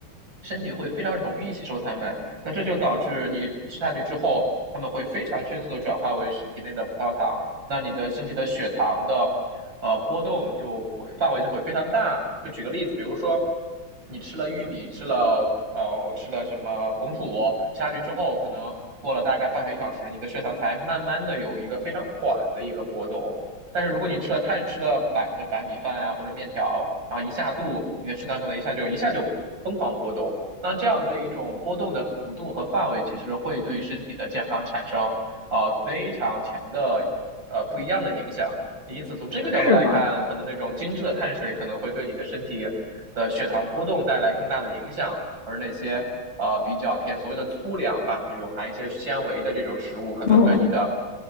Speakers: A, on the right; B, on the left.
A: 身体会非常容易吸收它们。那这就导致你吃下去之后，它们会非常迅速的转化为体内的葡萄糖，那你的身体的血糖的呃波动就会范围就会非常大。就举个例子，比如说你吃了玉米，吃了呃，我吃了什么红薯吃下去之后，可能过了大概半小时一小时，你的血糖才慢慢的有一个非常缓的一个波动。但是如果你吃了碳，吃了白那白米饭啊或者面条，然后一下肚，你的血糖可能一下就一下就疯狂波动。那这样的一种波动的幅度和范围，其实会对身体的健康产生呃非常强的呃不一样的影响。因此，从这个角度来看，
B: 是吗？
A: 可能那种精致的碳水可能会对你的身体的血糖波动带来更大的影响。而那些呃比较偏所谓的粗粮吧，就有含一些纤维的这种食物，可能对你的
B: 嗯，